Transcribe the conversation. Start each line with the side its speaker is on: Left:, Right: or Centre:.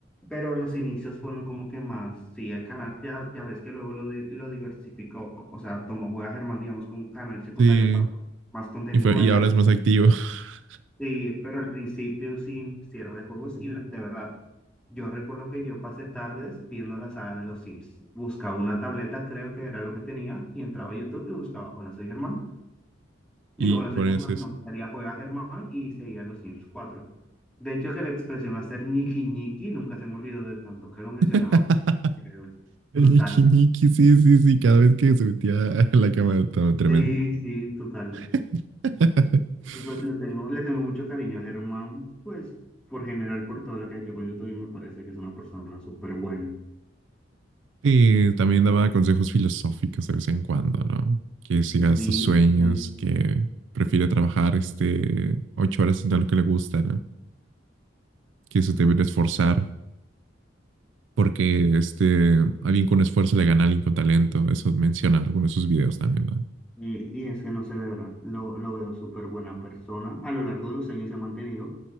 Centre: Pero los inicios fueron como que más, sí, el canal ya, ya ves que luego lo, di- lo diversificó, o sea, tomó Juega Germán, digamos, como un canal secundario
Right: Sí,
Centre: para más contenido
Right: y, fue,
Centre: variado.
Right: y ahora es más activo, <laughs>
Centre: Sí, pero al principio sí, sí era de juegos y la- de verdad, yo recuerdo que yo pasé tardes viendo la saga de los Sims. Buscaba una tableta, creo que era lo que tenía, y entraba a YouTube y buscaba, hola, soy Germán. Digo,
Right: y
Centre: hola, soy
Right: por
Centre: Germán,
Right: eso.
Centre: no, me salía juega Germán y seguía los Sims 4. De hecho, que la expresión hacer ñiqui ñiqui nunca se me olvidó de tanto que lo mencionaba.
Right: <laughs>
Centre: porque es
Right: El
Centre: Brutal.
Right: ñiqui ñiqui, sí, sí, sí, cada vez que se metía a la cámara estaba tremendo.
Centre: Sí, sí, total.
Right: <laughs>
Centre: Y pues le tengo, le tengo mucho cariño a Germán, pues por general, por todo lo que ha hecho con YouTube, y me parece que es una persona súper buena.
Right: Sí, también daba consejos filosóficos de vez en cuando, ¿no? Que sigas
Centre: Sí,
Right: tus sueños,
Centre: sí.
Right: que prefiere trabajar este ocho horas haciendo lo que le gusta, ¿no? Que se debe esforzar, porque este alguien con esfuerzo le gana a alguien con talento. Eso menciona en alguno de sus videos también, ¿no?
Centre: Y, y es que no sé, de verdad, lo, lo veo súper buena persona. A lo largo de los años se ha mantenido.